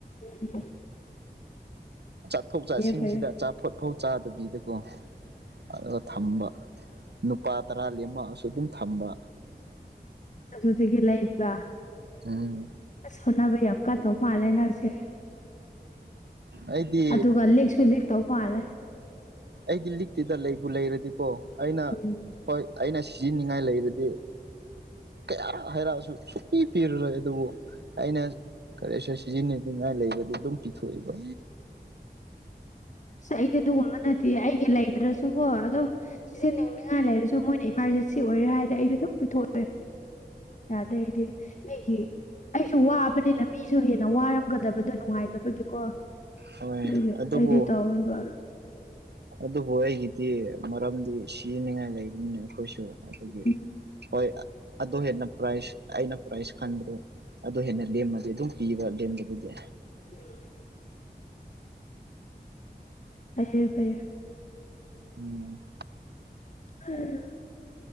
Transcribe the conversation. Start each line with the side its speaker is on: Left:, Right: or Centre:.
Left: ꯎ
Right: ꯆꯥꯠꯊꯣꯛ ꯆꯥꯁꯤꯟꯁꯤꯗ
Left: ꯐꯩꯌꯦ
Right: ꯑꯆꯥꯄꯣꯠ ꯐꯥꯎ ꯆꯥꯗꯕꯤꯗꯀꯣ ꯑꯗꯨꯒ ꯊꯝꯕ ꯅꯨꯄꯥ ꯇꯔꯥ ꯂꯦꯝꯃꯛꯑꯁꯨ ꯑꯗꯨꯝ ꯊꯝꯕ
Left: ꯎꯝꯖꯒ ꯂ ꯏꯕ
Right: ꯎꯝ
Left: ꯁꯣꯅꯥꯕꯌꯥ ꯀꯥꯇꯧ ꯃꯥꯂ ꯅꯁꯦ
Right: ꯑꯩꯗꯤ
Left: ꯑꯗꯨꯒ ꯂꯤꯦꯛꯁꯨ ꯂꯤꯦꯛ ꯇꯧ ꯃꯥꯥꯜꯂꯦ
Right: ꯑꯩꯗꯤ ꯂꯤꯛꯇꯨꯗ ꯂꯩꯕꯨ ꯂꯩꯔꯗꯤꯀꯣ ꯑꯩꯅ
Left: ꯎꯝ
Right: ꯍꯣꯏ ꯑꯩꯅ ꯁꯤꯖꯤꯅꯤꯡꯉꯥꯏ ꯂꯩꯔꯗꯤ ꯀꯌꯥꯔ ꯍꯥꯏꯔꯛꯑꯁꯨ ꯁ ꯄꯤ ꯄꯤꯔꯔꯣꯏ ꯑꯗꯨꯕꯨ ꯑꯩꯅ ꯀꯔꯁꯨꯔ ꯁꯤꯖꯤꯟꯅꯩꯗꯉꯥꯏ ꯂꯩꯕꯗꯤ ꯑꯗꯨꯝ ꯄꯤꯊꯣꯛꯑꯦꯕ
Left: ꯑꯁ ꯑꯩꯗꯤ ꯑꯗꯨꯒꯨꯝꯕ ꯅꯠꯇꯦ ꯑꯩꯒꯤ ꯂꯩꯗ꯭ꯔꯁꯨꯀꯣ ꯑꯗꯨꯝ ꯁꯤꯖꯟꯅꯅꯤꯡꯅꯤꯡꯉꯥꯏ ꯂꯩꯔꯁꯨ ꯃꯣꯏꯅ ꯏꯃꯥꯔꯖꯦꯟꯁꯤ ꯑꯣꯏꯔꯦ ꯍꯥꯏꯗꯤ ꯑꯩꯗꯤ ꯑꯗꯨꯝ ꯄꯨꯊꯣꯛꯑꯣꯦ ꯑꯗ ꯍꯥꯏꯗꯤ ꯃꯤꯒꯤ ꯑꯩꯁꯨ ꯋꯥꯕꯅꯤꯅ ꯃꯤꯁꯨ ꯍꯦꯟꯅ ꯋꯥꯔꯝꯒꯗꯕꯗꯣ ꯅꯨꯡꯉꯥꯏꯇꯕꯒꯤꯀꯣ
Right: ꯍꯣꯏ
Left: ꯑꯗꯨꯒꯤ
Right: ꯑꯗꯨꯕꯨ
Left: ꯑꯩꯗꯤ ꯇꯧꯔꯤꯕ
Right: ꯑꯗꯨꯕꯨ ꯑꯩꯒꯤꯗꯤ ꯃꯔꯝꯗꯤ ꯁꯤꯖꯤꯅꯤꯡꯉꯥꯏ ꯂꯩꯕꯅꯤꯅꯦ ꯑꯩꯈꯣꯏꯁꯨ ꯑꯗꯨꯒꯤ
Left: ꯎꯝ
Right: ꯍꯣꯏ ꯑꯗꯨ ꯍꯦꯟꯅ ꯄ꯭ꯔꯥꯏꯖ ꯑꯩꯅ ꯄ꯭ꯔꯥꯏꯖ ꯈꯟꯕꯗꯣ ꯑꯗꯨ ꯍꯦꯟꯅ ꯂꯦꯝꯃꯗꯤ ꯑꯗꯨꯝ ꯄꯤꯕ ꯂꯦꯝꯕꯗꯨꯗꯤ
Left: <inaudible> ꯐꯌꯦ ꯐꯌꯦ
Right: ꯎꯝ
Left: ꯎꯝ